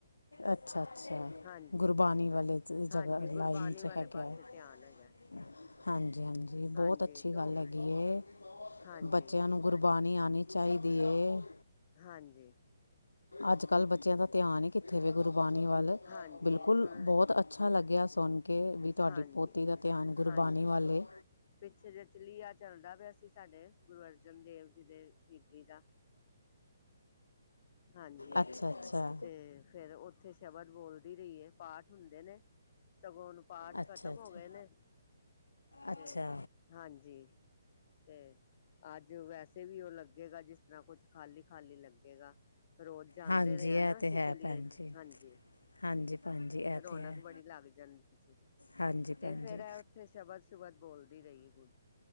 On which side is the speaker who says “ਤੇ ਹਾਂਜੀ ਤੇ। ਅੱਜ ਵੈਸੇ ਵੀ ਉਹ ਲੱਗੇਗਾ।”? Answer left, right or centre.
Left